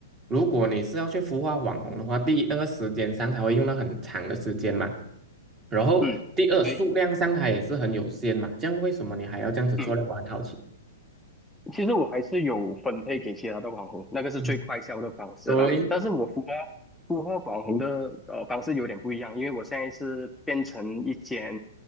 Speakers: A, on the right; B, in the centre.
A: 如果你是要去孵化网红的话，第一，那个时间上它会用到很长的时间嘛，然后第二，
B: 嗯，对，
A: 数量上它也是很有限嘛。这样为什么你还要这样子做嘞？
B: 嗯
A: 我很好奇。
B: 其实我还是有分配给其他的网红，那个是最快销的方式啦。
A: 嗯，对，
B: 但是我孵化孵化网红的呃方式有点不一样，因为我现在是变成一间